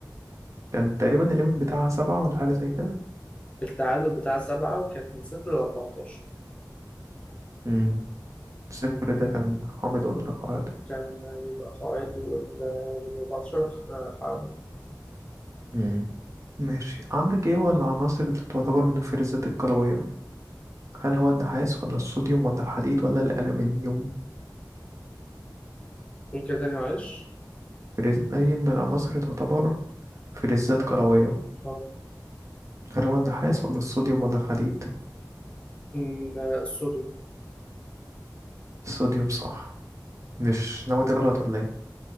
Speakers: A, on the right; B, on the left.
A: كان تقريبا الليميت بتاعها سبعة ولا حاجة زي كده
B: التعادل بتاع سبعة وكانت من صفر لأربعتاشر
A: مم. صفر ده كان حامض ولا قاعد
B: كان بيبقى قاعدي وال والأربعتاشر حامل
A: مم. ماشي عندك ايه هو العناصر اللي تعتبر من الفلزات القلوية هل هو النحاس ولا الصوديوم ولا الحديد ولا الألمنيوم
B: قول كده تاني معلش
A: فلز أي من العناصر تعتبر فلزات قلوية
B: أه
A: هل هو النحاس ولا الصوديوم ولا الحديد
B: إن- الصوديوم
A: الصوديوم صح مش ناوي تغلط ولا ايه